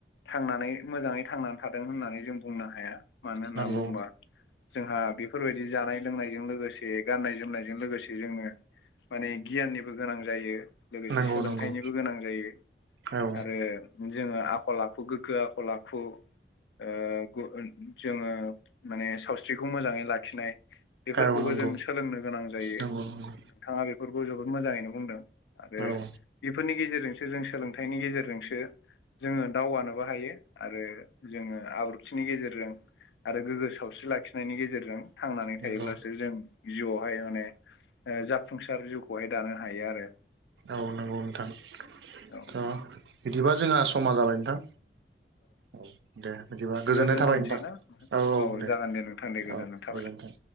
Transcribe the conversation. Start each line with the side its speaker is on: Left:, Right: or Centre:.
Left: थांनानै मोजाङै थांनानै थादों होननानै जों बुंनो हाया। मानो होननानै
Right: नंगौ
Left: बुंबा जोंहा बेफोरबायदि जानाय लोंनायजों लोगोसे गाननाय जोमनायजों लोगोसे जोंनो माने गियाननिबो गोनां जायो। लोगोसे
Right: नंगौ
Left: सोलोंथाइनिबो
Right: नंगौ
Left: गोनां जायो।
Right: औ
Left: आरो जोङो आखल आखु गोग्गो आख खल आखु ओ गु ओ जोङो माने सावस्रिखौ मोजाङै लाखिनाय बेफोरखौबो
Right: औ नंगौ
Left: जों सोलोंनो गोनां जायो
Right: नंगौ नंगौ
Left: नोंथाङा बेफोरखौ जोबोद मोजाङैनो बुंदों आरो
Right: औ
Left: बेफोरनि गेजेरजोंसो जों सोलोंथाइनि गेजेरजोंसो जोङो दावगानोबो हायो। आरो जोङो आब्रु थिनि गेजेरजों आरो गोग्गो सावस्रि लाखिनायनि गेजेरजों थांनानै
Right: नंगौ
Left: थायोब्लासो जों जिउआवहाय माने ओ जाफुंसार जिउखौहाय दानो हायो आरो
Right: औ नंगौ नोंथां
Left: औ
Right: थ' बिदिबा जोंहा समा जाबाय नोंथां औ दे बिदिबा गोजोननाय
Left: दोनथ'नोसै
Right: थाबाय नोंथां
Left: ना
Right: औ औ दे
Left: जागोन नोंथां दे गोजोननाय
Right: औ
Left: थाबाय
Right: गोजोनथों